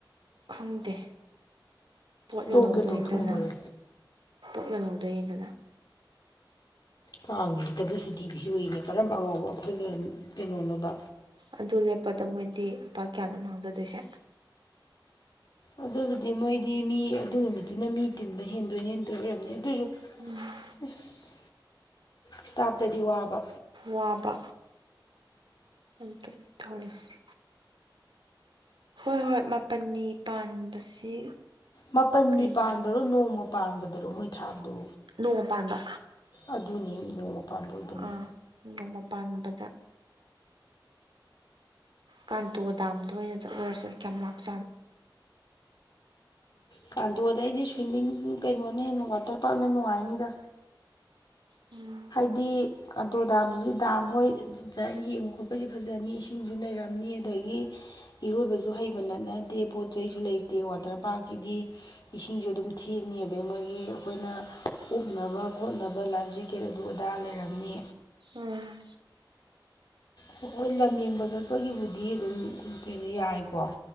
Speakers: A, on the right (about 75°); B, on the left (about 60°).
A: ꯈꯪꯗꯦ ꯄꯣꯠ
B: ꯇꯣꯛꯀꯦ
A: ꯌꯜꯍꯧꯗꯣꯏꯅꯤꯗꯅ
B: ꯇꯣꯛꯊꯣꯛꯑꯣꯌꯦ
A: ꯄꯣꯠ ꯌꯣꯟꯍꯧꯗꯣꯏꯌꯦꯗꯅ
B: ꯀꯥꯡ ꯅꯨꯃꯤꯠꯇꯕꯨ ꯁꯨꯇꯤ ꯄꯤꯔꫭꯏꯑꯦ ꯀꯔꯝꯕ ꯑꯉꯥꯎꯕ ꯑꯐꯥꯏ ꯕꯅꯣꯕ
A: ꯑꯗꯨ ꯂꯦꯞꯄꯗ ꯃꯣꯏꯗꯤ ꯂꯨꯄꯥ ꯀꯌꯥꯅꯣ ꯃꯥꯡꯖꯗꯣꯏꯁꯦ
B: ꯑꯗꯨꯕꯨꯗꯤ ꯃꯣꯏꯗꯤ ꯃꯤ ꯑꯗꯨ ꯅꯨꯃꯤꯠ ꯇꯨꯅ ꯃꯤ ꯇꯤꯟꯕ ꯍꯦꯟꯗꯣꯏꯅꯦ ꯇꯧꯔꯤ ꯑꯣꯏꯔꯝꯅꯤ ꯑꯗꯣꯏ ꯖꯨ
A: ꯎꯝ
B: ꯑꯁ ꯏꯁꯇꯥꯞꯇꯗꯤ ꯋꯥꯕ
A: ꯋꯥꯕ ꯑꯇ ꯇꯧꯔꯤꯁꯤ ꯍꯣꯏ ꯍꯣꯏ ꯃꯥꯄꯜꯅꯤ ꯄꯥꯟꯕꯁꯤ
B: ꯃꯥꯄꯟꯅꯤ
A: ꯀꯩꯅꯣ
B: ꯄꯥꯟꯕꯔꯣ ꯅꯣꯡꯃ ꯄꯥꯟꯕꯗꯔꯣ ꯃꯣꯏ ꯊꯥꯕꯗꯣ
A: ꯅꯣꯡꯃ ꯄꯥꯟꯕ
B: ꯑꯗꯨꯅꯤ ꯅꯣꯡꯃ ꯄꯥꯟꯕ ꯑꯣꯏꯕꯅꯤ
A: ꯑꯥ ꯅꯣꯡꯃ ꯄꯥꯟꯕꯗ ꯀꯥꯟꯇꯣ ꯗꯥꯝꯗ ꯑꯣꯏꯅ ꯆꯠꯂꯨꯔꯁꯨ ꯀꯌꯥꯝ ꯂꯥꯞꯆꯥ
B: ꯀ ꯑꯗꯨ ꯑꯗꯩ ꯑꯩꯗꯤ ꯁ꯭ꯋꯤꯝꯃꯤꯡ ꯀꯩꯅꯣꯅ ꯍꯦꯟꯅ ꯋꯥꯇꯔ ꯄꯥꯛꯅ ꯅꯨꯡꯉꯥꯏꯅꯤꯗ
A: ꯎꯝ
B: ꯍꯥꯏꯗꯤ ꯑꯥꯇꯣ ꯗꯥꯝꯗꯨꯁꯨ ꯗꯥꯝ ꯍꯣꯏ ꯌꯦꯡꯕ ꯈꯣꯠꯄꯗꯤ ꯐꯖꯅꯤ ꯏꯁꯤꯡꯁꯨ ꯅꯔꯝꯅꯤ ꯑꯗꯒꯤ ꯏꯔꯣꯏꯕꯁꯨ ꯍꯩꯕ ꯅꯠꯅꯗꯦ ꯄꯣꯠ ꯆꯩꯁꯨ ꯂꯩꯇꯦ ꯋꯥꯇꯔ ꯄꯥꯔꯛꯀꯤꯗꯤ ꯏꯁꯤꯡꯖꯨ ꯑꯗꯨꯝ ꯊꯦꯟꯅꯤ ꯑꯗꯩ ꯃꯣꯏꯒꯤ ꯑꯈꯣꯏꯅ ꯎꯞꯅꯕ ꯈꯣꯠꯅꯕ ꯂꯥꯏꯐ ꯖꯦꯛ ꯀꯦꯠ ꯑꯗꯨ ꯑꯗꯥ ꯂꯩꯔꯝꯅꯤ
A: ꯎꯝ
B: ꯍꯣꯏ ꯍꯣꯏ ꯂꯝ ꯌꯦꯡꯕ ꯆꯠꯄꯒꯤꯕꯨꯗꯤ ꯑꯗꯨꯝ ꯀꯩꯅꯣ ꯌꯥꯏꯀꯣ